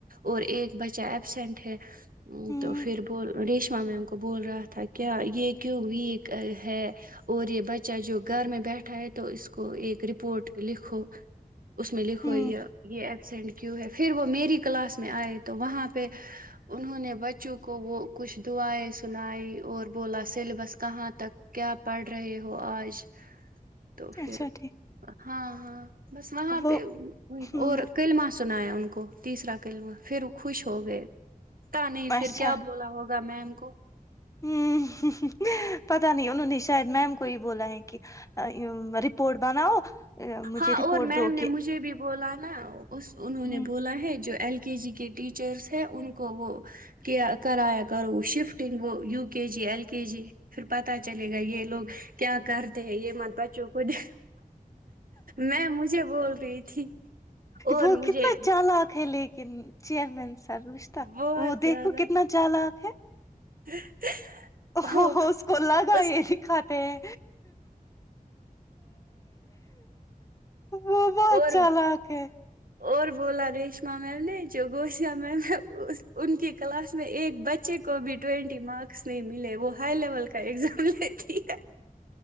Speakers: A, on the right (about 70°); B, on the left (about 20°).
A: اور ایک بچہ ایبسینٹ ہے <inaudible> <inaudible>
B: ہوں
A: تو پھر بول ریشما میم کو بول رہا تھا کیا یہ کیوں ویک ہے اور یہ بچہ جو گھر میں بیٹھا ہے تو اس کو ایک رپورٹ لکھو <inaudible> اس میں لکھوئی
B: ہوں
A: یہ یہ ایک اسینڈ کیوں ہے پھر وہ میری کلاس میں آئے تو وہاں پہ انہوں نے بچوں کو وہ کچھ دعائیں سنائی اور بولا سیلیبس کہاں تک کیا پڑھ رہے ہو آج تو پھر
B: اچھا ٹھیک
A: <inaudible> ہاں ہاں بس وہاں
B: وہ
A: پہ
B: ہوں
A: اور کللماس <inaudible> سنایا ان کو تیسرا کلم پھر خوش ہو گئے <inaudible> پتا نہیں پھر
B: اچھا
A: کیا
B: ہوں
A: بولا ہوگا ہوا میں ہم کو <inaudible>
B: <inaudible> پتا نہیں انوں نے شاید میم کو یہ بولا ہے کہ رپورٹ بناؤ <inaudible>
A: ہاں
B: رپورٹ
A: اور میم
B: دو
A: نے
B: کہ
A: مجھے بھی بولا نا اس انہوں
B: ہوں
A: نے بولا ہے جو ایل کے جی کے ٹیچرس ہیں ان کو وہ کیا کرایا کرو وہ شفٹنگ وہ U K G L K G پھر پتاہ چلے گا یہ لوگ کیا کرتے ہیں یہ مت بچوں کو دیک میں مجھے بول رہی تھی اور
B: وہ
A: مجھے
B: کتنا چالاک ہے لیکن چیئر مین سر رشت
A: بہت
B: وہ دیکھو
A: زیادہ
B: کتنا چالاک
A: <unintelligible>
B: ہ
A: اور
B: اسکولا گئی
A: اس
B: د کاتات ہیں وہ ب اچ
A: اور
B: چالک ہے
A: اور بولا ریشما میم نے جو گوشیا میم ہے ان کی کلاس میں ایک بچے کو بھی ٹوینٹی مارکس نہیں ملے وہ ہائی لیول کا ایگزام لیتی ہے